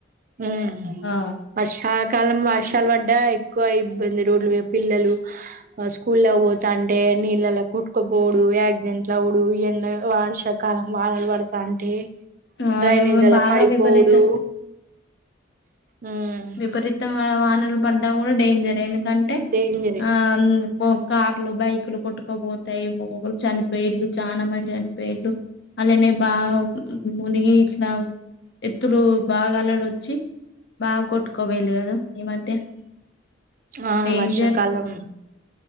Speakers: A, on the right (about 45°); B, on the left (about 60°).
A: ఉ
B: ఆ
A: పషా కాలం వర్షాలు వడ్డ ఎక్కువ ఇబ్బంది రోడ్లు పిల్లలు స్కూల్లో పోతాంటే నీళ్ళలో కుట్టుకపోడు ద ఇంట్లో ఉడు ఎండ వర్షాకాలం వాడలు పడతా అంటే
B: ఆ
A: డ్రైనేజ్ అలా
B: బాగా
A: పడిపోవుడు
B: విపరీత
A: ఉమ్
B: విపరీతం వానలు పన్న కూడా డైయింజరే దేనికంటే
A: డేంజరే
B: ఆ ఓ కార్లు బైక్లు కొట్టుకోపోతాయి ఒక్కొక్కరు చనిపోయి చాలా మంది చనిపోయేళ్లు అలానే బాగ మునిగేసినవు ఎతులు బాగాలుడు వచ్చి బగ కొట్టుకుపోయింది కద ఈ మధ్య
A: ఆ
B: డేంజర్
A: వర్షాకాలం